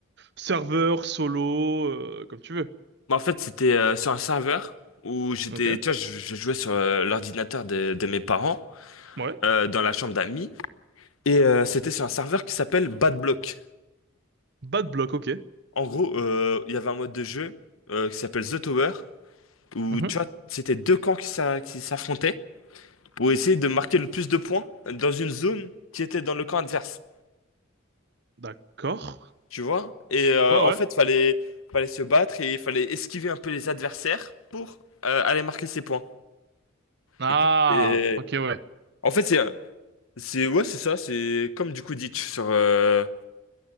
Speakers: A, on the right; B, on the left.
A: Serveur, solo, euh, comme tu veux.
B: Bah, en fait, c'était euh, sur un serveur où j'étais,
A: Ok.
B: tu vois, je, je jouais sur euh, l'ordinateur de, de mes parents,
A: Ouais.
B: euh, dans la chambre d'amis, et euh, c'était sur un serveur qui s'appelle Bad Block.
A: Bad block, ok.
B: En gros, euh, il y avait un mode de jeu euh, qui s'appelle The Tower, où,
A: Mhm.
B: tu vois, c'était deux camps qui s'a- qui s'affrontaient pour essayer de marquer le plus de points dans une zone qui était dans le camp adverse.
A: D'accord.
B: tu vois? Et euh,
A: Ouais,
B: en
A: ouais.
B: fait, fallait, fallait se battre et il fallait esquiver un peu les adversaires pour euh, aller marquer ses points.
A: Ah,
B: Écoute, c'est-
A: ok, ouais.
B: En fait, c'est c'est- ouais, c'est ça, c'est comme du Quidditch sur euh,